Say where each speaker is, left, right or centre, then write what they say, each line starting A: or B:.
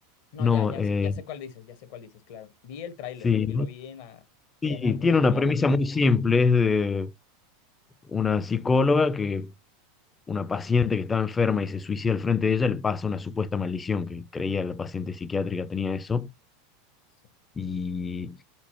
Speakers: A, on the left (about 50°); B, on the left (about 15°).
A: No,
B: No,
A: ya, ya,
B: eh,
A: sé- ya sé cuál dices, ya sé cuál dices, claro. Vi el tráiler,
B: sí,
A: vi, lo vi en, la-
B: sí,
A: en alguna
B: tiene una
A: película.
B: premisa muy simple, es de una psicóloga que una paciente que estaba enferma y se suicida al frente de ella, le pasa una supuesta maldición, que creía la paciente psiquiátrica tenía eso,
A: Sí,
B: y